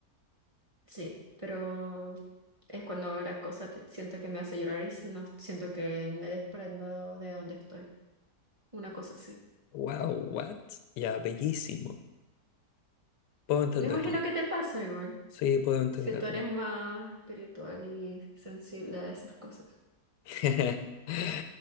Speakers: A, on the right; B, on the left.
A: Sí, pero es cuando la cosa te- siento que me hace llorar y s- no siento que me desprendo de donde estoy. Una cosa así.
B: Wow, what? Ya, bellísimo. Puedo entenderlo.
A: Me imagino que te pasa igual,
B: Sí, puedo entenderlo.
A: si tú eres más espiritual y sensible a esas cosas.
B: <laughs>